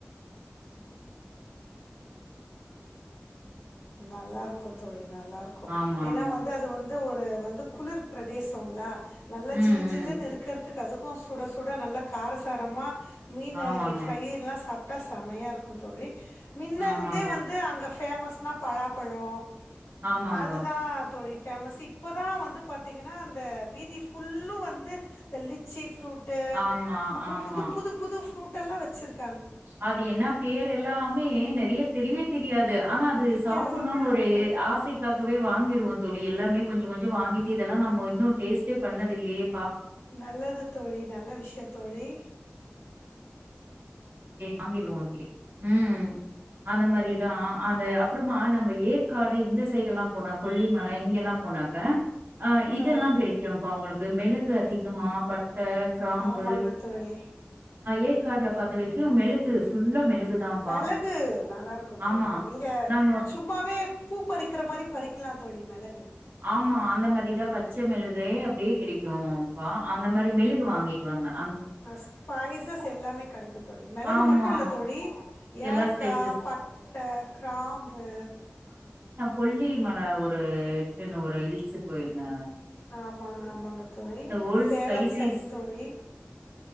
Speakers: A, on the left; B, on the right.
A: நல்லாருக்கும் தோழி நல்லாருக்கும்
B: ஆமாங்க
A: ஏன்னா வந்து அது வந் வந்து ஒரு வந்து குளிர் பிரதேசங்களா நல்ல
B: ம்
A: ஜிலு ஜிலுனு
B: ம்
A: இருக்கிறதுக்கு அது க்கும் சுட சுட நல்ல காரசாரமா மீன்
B: ஆமாங்க
A: ஃப்ரைெலாம் சாப் க செமையா இருக்கும் தோழி மின்னருந்தே
B: ஆமாங்க
A: வந்து அங்க ஃபேமஸ் பழாப்பழம்
B: ஆமாங்க
A: அதுதான் தோழி ஃபேமஸ் இப்போ தான் வந்து பாத்தீங்கன்னா அந்த வீதி ஃபுல்லும் வந்து இந்த லிச்சி ஃப்ரூட் ட்டு
B: ஆமா
A: அப்புறம்
B: ஆமா
A: புது புது புது ஃப்ரூட் டெல்லாம் வச்சிருக்
B: அது என்ன பேர் எல்லாமே நறைய தெரியவே தெரியாது ஆனா அது
A: வித்தியாசமா
B: சாப்பிடணும்னு
A: இருக்கு.
B: ஒரு ஆசைக்காகவே வாங்கி தோழி எல்லாமே கொஞ்சம் கொஞ்சம் வாங்கிட்டு இதெல்லாம் நம்ம இன்னும் டேஸ்ட்டேபண்ணதில்லயே
A: நல்லது தோழி நல்ல விஷயம் தோழி
B: வாங்கிடுவோ ஹம் அந்த மாரிதான் அந்த அப்புறமா நம்ம ஏற்காடு இந்த சைடு எல்லாம் போனா கொல்லிமலை இங்க எல்லாம் போனாக்க ஆஹ் இதெல்லாம்
A: ஆ,
B: கிடைக்கும்ப்பா உங்களுக்கு மிளகு அதிகமா பட் டை கிராம்பு
A: ஆமாங்க தோழி
B: ஏற் காடுல பாத்த வரைக்கும் மெளகு ஃபுல்லா தான்ப்பா.
A: மெளகு நல்லா இருக்கும் தோழி
B: ஆமா.
A: நீங்க
B: நாங்க
A: சும்மாவே பூ பறிக்கிற மாரி பறிக்கலாம் தோழி மெளகு
B: ஆமா அந்த மாரிதான் பச்சை மிளகு கிடைக்கும்ப்பா அந்த மாரி மெளுகு வாங்கிட்டு வந்தேன்
A: ஸ்பைசஸ் எல்லாமே கெடைக்கும் தோழி மெளகு
B: ஆமா
A: மட்டும் இல்ல தோழி
B: எல்லா
A: ஏலக்காய்
B: ஸ்பைசஸ்
A: பட்டை கிராம்பு
B: கொல்லி மலை ஒருட்டுன்னு ஒரு ஹில்ஸ் போயிருந்தேன்
A: ஆமாங்க ஆமாங்க தோழி
B: ஓல்ட்
A: சேலம்
B: ஸ்பைசிஸ்
A: சைடு தோழி